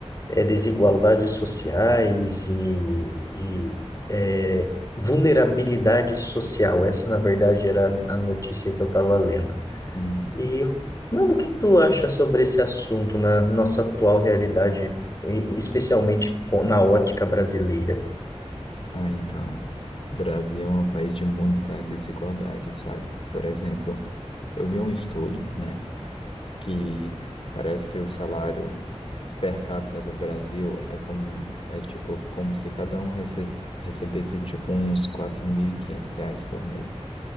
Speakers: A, on the left; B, on the left.
A: eh, desigualdades sociais e, e, eh, vulnerabilidade social. Essa, na verdade, era a notícia que eu tava lendo.
B: Hum,
A: E, eu- mano, o que tu acha sobre esse assunto na nossa atual realidade, e- especialmente com- na ótica brasileira?
B: Ah, então, Brasil é um país de muita desigualdade, sabe? Por exemplo, eu vi um estudo, né, que parece que o salário per capita do Brasil é como, é tipo, como se cada um rece- recebesse, tipo, uns 4.500 reais por mês.